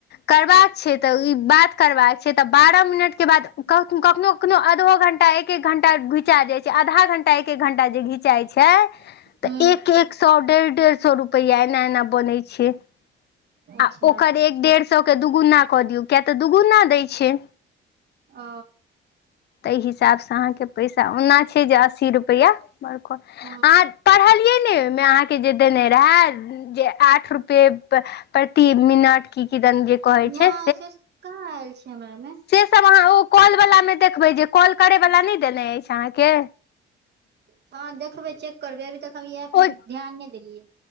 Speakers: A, on the left (about 55°); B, on the right (about 55°).
A: करबाक छै तऽ ई बात करबाक छै तऽ बारह मिनट के बाद कखनो कखनो आधो घंटा एक एक घण्टा घिचा जाइ छै आधा घण्टा एक एक घणटा जे घिचाइ छै तऽ
B: हूँ
A: एक एक एक सौ डेढ़ डेढ़ सौ रुपैया एना एना बनै छै आ
B: अच्छा
A: ओकर एक डेढ़ सौ के दुगुना कऽ दियौ किया तऽ दुगुना दै छै
B: ओ
A: तइ हिसाबसँ अहाँके पैसा ओना छै जे अस्सी रुपैया बड़हत
B: हूँ
A: अहाँ पढ़लियै नय ओहिमे अहाँके जे देने रहै जे आठ रुपए प्रति मिनट की किदन जे। कहै
B: नय
A: छै
B: से सब कहाँ आयल छै हमरा मे।
A: से सब अहाँ ओ कॉल वला मे देखबै जे कॉल करय वला नय देने अछि अहाँके।
B: अहाँ देखबै चेक करबै अभी तक हम ई ऐप
A: ओ
B: मे ध्यान नय देलियै